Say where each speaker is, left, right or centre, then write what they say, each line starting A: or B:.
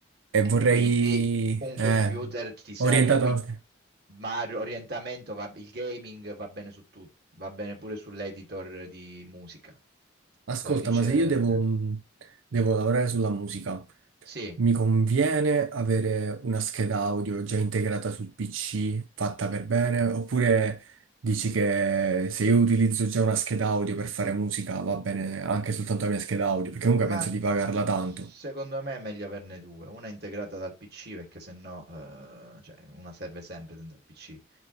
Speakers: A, on the right (about 85°); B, on the right (about 55°).
A: E
B: E
A: vorrei...
B: quindi un
A: Eh,
B: computer ti serve,
A: orientato
B: e quindi,
A: anche.
B: ma l'orientamento, va, il gaming va bene su tutto, va bene pure sull'editor di musica.
A: Ascolta,
B: Te lo dice...
A: ma se
B: eh,
A: io devo, mh, devo lavorare sulla musica,
B: Sì,
A: mi conviene avere una scheda audio già integrata sul PC, fatta per bene? Oppure dici che se io utilizzo già una scheda audio per fare musica, va bene anche soltanto la mia scheda audio? Perché comunque
B: Ma
A: penso
B: s-
A: di pagarla tanto.
B: secondo me è meglio averne due, una integrata dal PC perché sennò eh, cioè, una serve sempre dentro il PC.